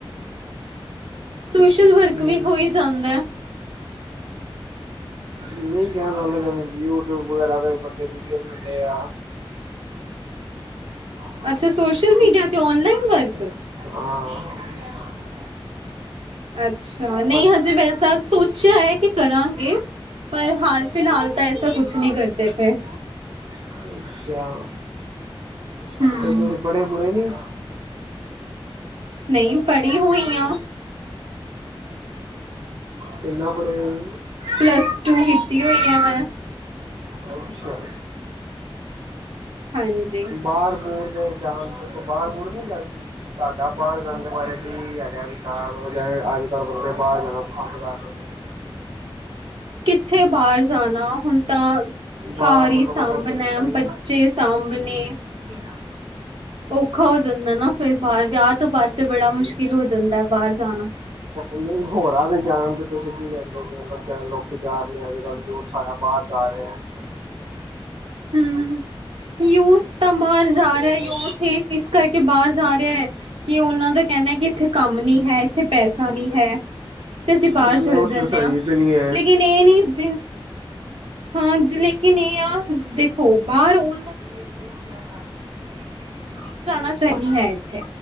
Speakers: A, on the right; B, on the right.
A: ਸੋਸ਼ਲ ਵਰਕ
B: ਹੂੰ,
A: ਵੀ ਹੋ ਈ ਜਾਂਦਾ।
B: ਨਹੀਂ ਕਹਿਣ ਦਾ ਮਤਲਬ ਜਿਵੇੰ ਯੂ ਟਿਊਬ, ਵਗੈਰਾ ਤੇ ਵੀ ਬੰਦੇ ਵੀਡਿਓ ਦੇਂਦੇ ਆ, <unintelligible>
A: ਅੱਛਾ ਸੋਸ਼ਲ ਮੀਡੀਆ ਤੇ ਔਨਲਾਈਨ ਵਰਕ ਅੱਛਾ ਨਹੀਂ
B: ਹਾਂਜੀ
A: ਹਜੇ ਵੈਸਾ ਸੋਚਿਆ ਏ ਕਿ ਕਰਾਂਗੇ। ਪਰ ਹਾਲ ਫਿਲਹਾਲ ਤਾਂ ਐਸਾ ਕੁਛ ਨੀ ਕਰਦੇ ਪਏ।
B: ਅੱਛਾ
A: ਹਮ।
B: ਤੇ ਤੁਸੀਂ ਪੜ੍ਹੇ ਪੁੜ੍ਹੇ ਨੀ? <inaudible>
A: ਨਹੀਂ ਪੜ੍ਹੀ ਹੋਈ ਆ
B: ਕਿੰਨਾ ਪੜੇ ਓ ਤੁਸੀ?
A: ਪਲੱਸ ਟੂ ਕੀਤੀ ਹੋਈ ਆ ਮੈਂ।
B: ਅੱਛਾ
A: ਹਾਂਜੀ
B: ਬਾਹਰ ਬੂਰ ਦੇ ਜਾਣ ਬਾਹਰ ਬੂਰ ਨੀ ਜਾਂਦੇ ਤੁਹਾਡਾ ਬਾਹਰ ਜਾਣ ਦੇ ਬਾਰੇ ਕੀ ਹੈਗਾ ਵੀ ਮਤਲਬ ਜਵੇਂ ਅੱਜ ਕੱਲ੍ਹ ਬੰਦੇ ਬਾਹਰ ਜਾਣਾ ਪਸੰਦ ਕਰ ਰਹੇ ਨੇ।
A: ਕਿੱਥੇ ਬਾਹਰ ਜਾਣਾ ਹੁਣ ਤਾ
B: ਬਾਹਰ
A: ਘਰ
B: ਮਤਲਬ
A: ਈ ਸਾਂਭਣਾ
B: ਅਦਰ ਕੰਟਰੀ
A: ਬੱਚੇ ਸਾਂਭਣੇ,
B: <inaudible>
A: ਔਖਾ ਹੋ ਜਾਂਦਾ ਨਾ ਫੇਰ ਬਾਹਰ ਵਿਆਹ ਤੋਂ ਬਾਅਦ ਤੇ ਬੜਾ ਮੁਸ਼ਕਿਲ ਹੋ ਜਾਂਦਾ ਬਾਹਰ ਜਾਣਾ।
B: ਨਹੀਂ ਹੋਰਾਂ ਦੇ ਜਾਣ ਤੇ ਤੁਸੀਂ ਕੀ ਕਹਿੰਦੇ ਹੋ ਮਤਲਬ ਕੀ ਲੋਕੀ ਜਾ ਰਹੇ ਅੱਜ ਕੱਲ੍ਹ ਓਹ ਸਾਰਾ ਬਾਹਰ ਜਾ ਰਹੇ ਹੈ।
A: <unintelligible> ਯੂਥ ਤਾਂ ਬਾਹਰ ਜਾ ਰਿਹਾ ਯੂਥ ਇਸ ਕਰਕੇ ਬਾਹਰ ਜਾ ਰਿਹਾ ਹੈ, ਕਿ ਉਹਨਾਂ ਦਾ ਕਹਿਣਾ ਹੈ ਕਿ ਇੱਥੇ ਕੰਮ ਨੀ ਹੈ ਇੱਥੇ ਪੈਸਾ ਨੀ ਹੈ। ਤੇ ਅਸੀਂ ਬਾਹਰ
B: ਉਹ
A: ਚਲ ਜਾਂਨੇ
B: ਤਾਂ ਸਹੀ
A: ਆਂ
B: ਚ ਨਹੀਂ ਹੈ
A: ਲੇਕਿਨ, <unintelligible> ਹਾਂਜੀ ਲੇਕਿਨ ਇਹ ਆ ਦੇਖੋ ਬਾਹਰ ਉਹ
B: <inaudible>
A: ਜਾਣਾ ਚਾਹੀਦੀ ਹੈ ਇੱਥੇ